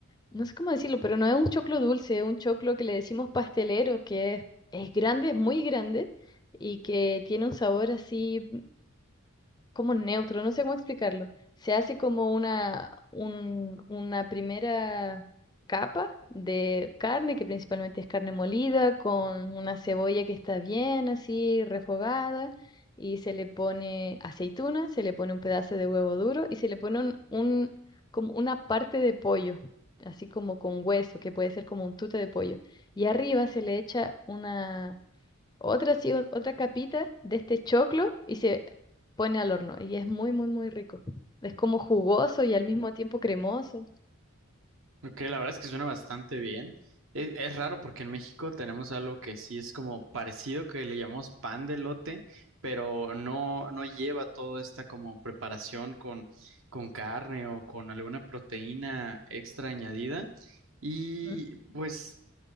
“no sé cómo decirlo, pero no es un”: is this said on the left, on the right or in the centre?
Left